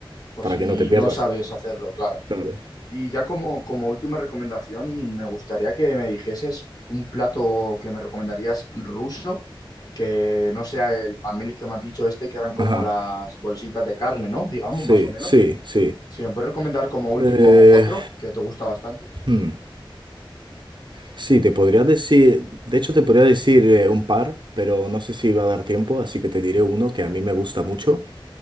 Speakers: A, on the left; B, on the right.
A: por
B: para
A: si
B: que no te pierdas.
A: no sabes hacerlo, claro.
B: Claro,
A: Y ya como, como última recomendación, me gustaría que me dijeses un plato que me recomendarías ruso, que no sea el pamelis que me has dicho este, que eran como
B: ajá,
A: las bolsitas de carne, ¿no? Digamos,
B: sí,
A: más o menos.
B: sí, sí.
A: Si me puedes recomendar como último
B: Eh,
A: otro, que te gusta bastante.
B: hmm, Sí, te podría decir, de hecho te podría decir eh, un par, pero no sé si va a dar tiempo, así que te diré uno que a mí me gusta mucho